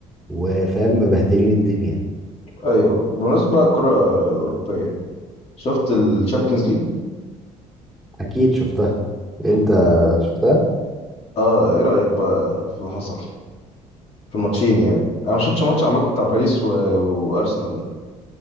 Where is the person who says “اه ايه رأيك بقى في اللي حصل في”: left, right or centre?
Left